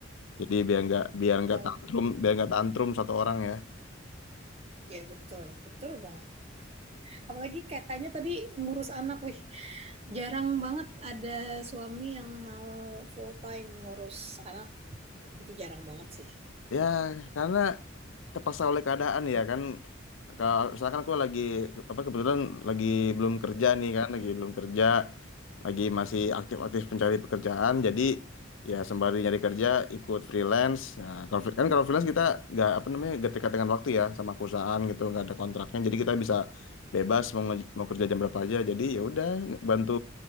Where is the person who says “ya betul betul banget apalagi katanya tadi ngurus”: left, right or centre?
Right